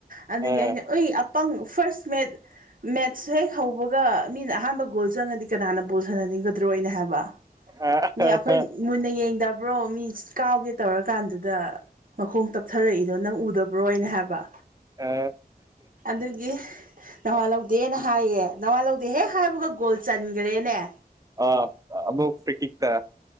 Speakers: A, on the right; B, on the right.
A: ꯑꯗꯨꯗꯒꯤ
B: ꯑꯥ
A: ꯑꯩꯅ ꯑꯣꯏ ꯄꯪ ꯐꯥꯔꯁ ꯃꯦꯠ ꯃꯦꯠꯁ ꯍꯦꯛ ꯍꯧꯕꯒ ꯃꯤꯅ ꯑꯍꯥꯟꯕ ꯒꯣꯜ ꯆꯪꯉꯗꯤ ꯀꯅꯥꯅ ꯕꯣꯜ ꯁꯥꯟꯅꯅꯤꯡꯒꯗ꯭ꯔꯣꯅ ꯑꯩꯅ ꯍꯥꯏꯕ꯫
B: ꯑꯥ
A: ꯃꯤ ꯑꯩꯈꯣꯏ ꯃꯨꯟꯅ ꯌꯦꯡꯗꯕ꯭ꯔꯣ ꯃꯤ ꯀꯥꯎꯒꯦ ꯇꯧꯔꯀꯥꯟꯗꯨꯗ ꯃꯈꯣꯡ ꯇꯞꯊꯔꯏꯗꯣ ꯅꯪ ꯎꯗꯕ꯭ꯔꯣ ꯑꯩꯅ ꯍꯥꯏꯕ
B: ꯑ
A: ꯗꯨꯒꯤ ꯅꯋꯥꯥ ꯂꯧꯗꯦꯅ ꯍꯥꯏꯌꯦ ꯅꯋꯥ ꯂꯧꯗꯦ ꯍꯦꯛ ꯍꯥꯏꯕꯒ ꯒꯣꯜ ꯆꯟꯒꯔꯦꯅꯦ
B: ꯑ ꯑꯃꯨꯛ ꯐꯔ꯭ꯤ ꯀꯤꯛꯇ